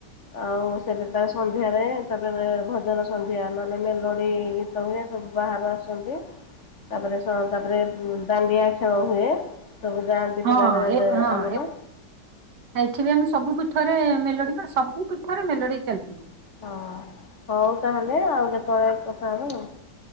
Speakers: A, on the left; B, on the right.
A: ଆଉ ସେ ଯୋଉ ତା ସନ୍ଧ୍ୟାରେ ତାପରେ ଭଜନ ସନ୍ଧ୍ୟା ନହେଲେ ମେଲୋଡି ଗୀତ। <unintelligible> ସବୁ ବାହାରୁ ଆସନ୍ତି। ତାପରେ ସ ତାପରେ ଉଁ ଦାଣ୍ଡିଆ ଖେଳ ହୁଏ ସବୁ ଯାଆନ୍ତି
B: ହଁ
A: ପିଲାମାନେ
B: ଏ
A: ଯେ
B: ହଁ
A: ଆମର।
B: ଏଠି ବି ଆମେ ସବୁ ପୀଠରେ ମେଲୋଡି ବା ସବୁ ପୀଠରେ ମେଲଡି ଚାଲିଥିବ।
A: ହଁ ହଉ ତାହେଲେ ଆଉ କେତବଳେ କଥା ହବା ଆଉ।